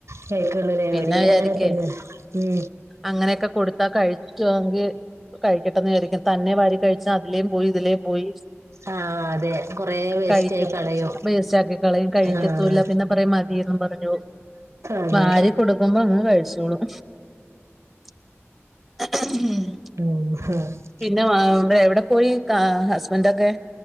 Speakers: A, on the right; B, in the centre.
A: കഴിക്കുള്ളൂല്ലേ
B: പിന്നെ
A: ഇവിടെ
B: വിചാരിക്കേ,
A: അങ്ങനെ തന്നെ ഉം
B: അങ്ങനെയൊക്കെ കൊടുത്താ കഴിക്കൊങ്കിൽ കഴിക്കട്ടെന്ന് വിചാരിക്കും. തന്നെ വാരി കഴിച്ചാ അതിലേം പോയി, ഇതിലേ പോയി,
A: ആഹ് അതെ കൊറേ വേസ്റ്റ്
B: കഴിക്കും.
A: ആയി കളയും
B: വേസ്റ്റാക്കി കളയും, കഴിക്കത്തൂല്ല.
A: ആഹ്
B: പിന്നെ പറയാ മതി ന്ന് പറഞ്ഞു പോവും.
A: അതെ
B: വാരി കൊടുക്കുമ്പോ അങ്ങ് കഴിച്ചോളും. <unintelligible>
A: <unintelligible>
B: പിന്നെ വ എവിടെ പോയി ക ഹസ്ബൻഡൊക്കെ?